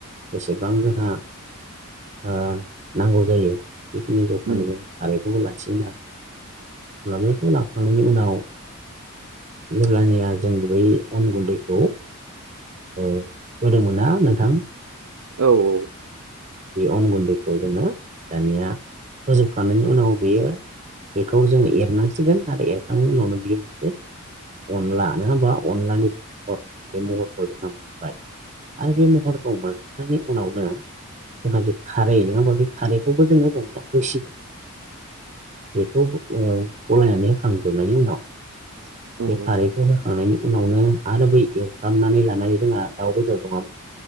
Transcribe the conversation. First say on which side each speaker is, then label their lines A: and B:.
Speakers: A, on the right; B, on the right.
A: बेसेबां जोंहा ओ नांगौ जायो बेखिनि जखानि
B: उम
A: जों खारैखौबो लासिगोन आरो होमबा बेखौ लाखांनायनि उनाव जेब्लानिया जों बै अन गुन्दैखौ औ होदोमोनना नोंथां।
B: औ औ
A: बे अन गुन्दैखौ जोङो दानिया होजोबखांनायनि उनाव बेयो बेखौ जोङो एरनांसिगोन आरो एरखांनायनि उनावनो बियो मोनसे अनला नङा होमबा अनलानि जि महर बे महरखौ जोंहा मोनबाय आरो बे महरखौ मोनखांनायनि उनावनो जोंहा जे खारै नङा होमबा बे खारैखौबो जोङो दिनै होसिगोन बेखौ ओ गलायनानै होखांजोबनायनि उनाव
B: औ
A: बे
B: औ
A: खारैखौ होखांनायनि उ उनावनो आरो बै एवफ्रामनानै लानाय जोंहा दाउ बेदर दङमोन